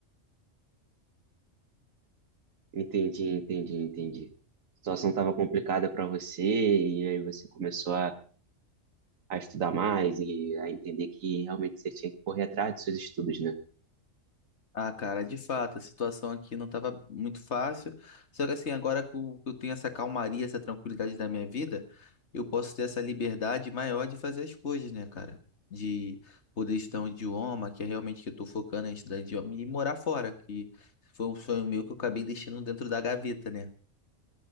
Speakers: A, on the right (about 80°); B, on the left (about 60°).
A: Entendi, entendi, entendi. A situação estava complicada para você e aí você começou a, a estudar mais e a entender que realmente você tinha que correr atrás dos seus estudos, né?
B: Ah, cara, de fato, a situação aqui não estava muito fácil. Só que assim, agora que eu que eu tenho essa calmaria, essa tranquilidade da minha vida, eu posso ter essa liberdade maior de fazer as coisas, né, cara? De poder estudar um idioma, que é realmente que eu tô focando em estudar idioma, e morar fora, que foi um sonho meu que eu acabei deixando dentro da gaveta, né?